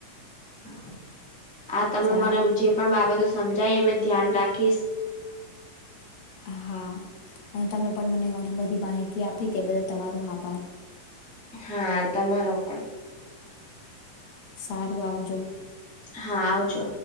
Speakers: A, in the centre; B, on the left.
A: હા, આ તમે
B: સારું
A: મને જે પણ બાબતો સમજાય એ મેં ધ્યાન રાખીશ.
B: હા અને તમે પણ મને ઘણી બધી માહિતી આપી તે બદલ તમારો આભાર.
A: હા, તમારો પણ.
B: સારું આવજો.
A: હા, આવજો.